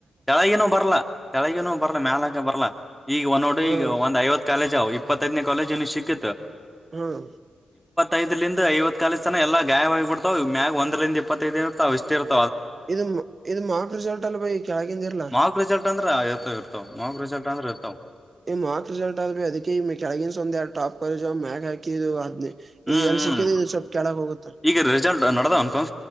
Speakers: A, in the centre; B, on the right (about 45°).
A: ಚಳಗನೂ ಬರ್ಲಾ ಚಳಗನೂ ಬರ್ಲ ಮ್ಯಾಲಕ ಬರ್ಲಾ ಈಗ ಒಂದ ನೋಡಿ
B: ಹ್ಮ್
A: ಈಗ ಒಂದ ಐವ ಕಾಲೇಜ್ ಅವವು ಇಪ್ಪತ್ತದನೇ ಕಾಲೇಜ್ ಇನ ಸಿತ್
B: ಹ್ಮ
A: ಐದರಿಂದ ಐವತ್ ಕಾಲ ಜನ ಎಲ್ಲ ಗಾಯವಾಗಿ ಬಿಡ್ತಾವ್ ಮ್ಯಾಗ ಒಂದ್ರಂದ ಇಪ್ಪತ್ತದು ಇರ್ ಇಷ್ಟ ಇ
B: ಇದು ಇದು ಮಾಕ್ ರಿಸಲ್ಟ್ ಅಲ್ ಬಯಿ ಕೆಳಗಿಂದಿರ್ಲಾ
A: ಮಾರ್ಕ್ ರಿಸಲ್ಟ್ ಅಂದ್ರ ಇರ್ತವ ಇರ್ತವ ಮ ರಿಸಲ್ಟ್ ಅಂದ್ರೆ ಇರ್ತಾವ
B: ಈ ಮಾರ್ಕ್ ರರಿಸಲ್ಆದಲ್ಪ ಅಧಿಕ ಈ ಮೆಕ್ಯಾಲಗನ್ ಸಂದೆ ಟಪ್ ಜಾ ಮ್ಯಾಕ್ ಹಕಿ ಹಾದನಿ
A: ಹ್ಮ್
B: ಇದು ಎಲ್ಲಿ
A: ಹ್ಮ್
B: ಸಿಕ್ಕಿದ್ರೆ ಇದು ಸ್ವಲ್ಪ ಕೆೇಳಗ ಹೋಗುತ್ತೆ
A: ಈಗ ರಿಸಲ್ಟ್ ನಡ್ದ ಅನ್ಕೊಂಡ